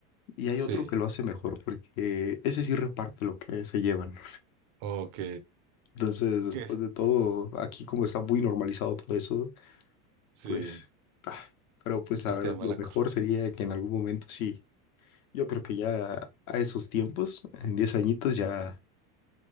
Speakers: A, on the left; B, on the right.
A: Y hay
B: Sí,
A: otro que lo hace mejor, porque ese sí reparte lo que se llevan.
B: ok.
A: Entonces, después
B: ¿Qué?
A: de todo, aquí como está muy normalizado todo eso,
B: Sí,
A: pues, ah, pero pues
B: el
A: la verdad,
B: tema
A: lo
B: de la
A: mejor
B: corrupción.
A: sería que en algún momento sí, yo creo que ya a esos tiempos, en 10 añitos, ya